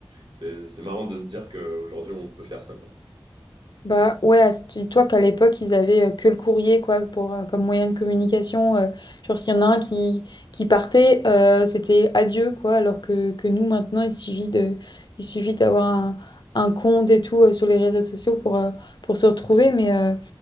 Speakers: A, on the right; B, on the left.
A: c'est, c'est marrant de se dire qu'aujourd'hui on peut faire ça, quoi.
B: Bah ouais, à ce- tu dis-toi qu'à l'époque, ils avaient euh, que le courrier quoi pour euh, comme moyen de communication. euh, genre s'il y en a un qui, qui partait, euh, c'était adieu quoi, alors que, que nous maintenant, il suffit de il suffit d'avoir un, un compte et tout euh, sur les réseaux sociaux pour, euh, pour se retrouver. Mais, euh,